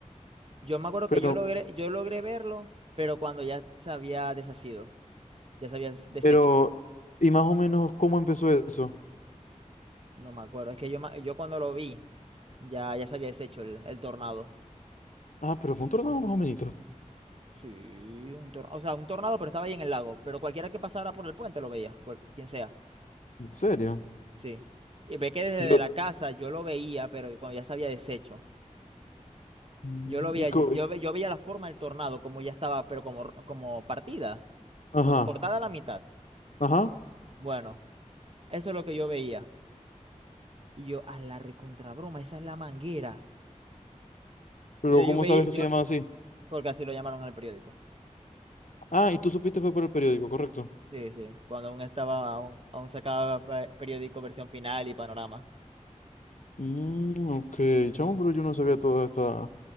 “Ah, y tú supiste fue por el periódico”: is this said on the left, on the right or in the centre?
Left